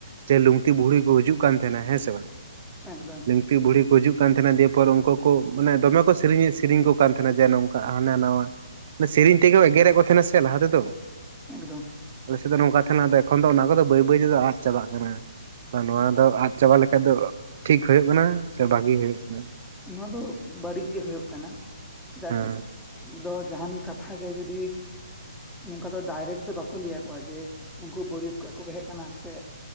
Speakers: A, on the right; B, in the centre.
A: ᱪᱮ ᱞᱩᱝᱛᱤ ᱵᱩᱲᱦᱤ ᱠᱚ ᱦᱤᱡᱩᱜ ᱠᱟᱱ ᱛᱟᱦᱮᱱᱟ ᱦᱮᱸ ᱥᱮ ᱵᱟᱝ?
B: ᱮᱠᱫᱚᱢ᱾
A: ᱛᱤ ᱵᱩᱲᱦᱤ ᱠᱚ ᱦᱤᱡᱩᱜ ᱠᱟᱱ ᱛᱟᱦᱮᱱᱟ, ᱫᱤᱭᱮᱯᱚᱨ ᱩᱝᱠᱩ ᱠᱚ ᱢᱟᱱᱮ ᱫᱚᱢᱮ ᱠᱚ ᱥᱮᱨᱮᱧ ᱥᱮᱨᱮᱧ ᱠᱚ ᱠᱟᱱ ᱛᱟᱦᱮᱱᱟ, ᱡᱮ ᱱᱚᱝᱠᱟ ᱦᱟᱱᱟ ᱱᱟᱣᱟ᱾ ᱥᱮᱨᱮᱧ ᱛᱮᱜᱮ ᱠᱚ ᱮᱜᱮᱨᱮᱫ ᱠᱚ ᱛᱟᱦᱮᱱᱟ ᱥᱮ ᱞᱟᱦᱟ ᱛᱮᱫᱚ᱾
B: ᱮᱠᱫᱚᱢ
A: ᱟᱞᱮ ᱥᱮᱫ ᱫᱚ ᱱᱚᱝᱠᱟ ᱛᱟᱦᱮᱱᱟ, ᱟᱫᱚ ᱮᱠᱷᱚᱱ ᱫᱚ ᱚᱱᱟ ᱠᱚᱫᱚ ᱵᱟᱹᱭ ᱵᱟᱹᱭ ᱛᱮᱫᱚ ᱟᱫ ᱪᱟᱵᱟᱜ ᱠᱟᱱᱟ᱾ ᱱᱚᱣᱟ ᱫᱚ ᱟᱫ ᱪᱟᱵᱟ ᱞᱮᱠᱟᱡ ᱫᱚ, ᱴᱷᱤᱠ ᱦᱩᱭᱩᱜ ᱠᱟᱱᱟ ᱥᱮ ᱵᱷᱟᱜᱤ ᱦᱩᱭᱩᱜ ᱠᱟᱱᱟ?
B: ᱱᱚᱣᱟ ᱫᱚ ᱵᱟᱹᱲᱤᱡ ᱜᱮ ᱦᱩᱭᱩᱜ ᱠᱟᱱᱟ᱾ ᱪᱮᱫᱟᱜ
A: ᱦᱮᱸ
B: ᱥᱮ ᱫᱚ ᱡᱟᱦᱟᱱ ᱠᱟᱛᱷᱟ ᱜᱮ ᱡᱩᱚᱫᱤ ᱱᱚᱝᱠᱟ ᱫᱚ ᱰᱟᱭᱨᱮᱠ ᱫᱚ ᱵᱟᱠᱚ ᱞᱟᱹᱭ ᱟᱠᱚᱣᱟ ᱡᱮ ᱱᱩᱠᱩ ᱵᱟᱹᱨᱭᱟᱹᱛ ᱠᱚᱲᱟ ᱠᱚ ᱦᱮᱜᱽ ᱟᱠᱟᱱᱟ ᱥᱮ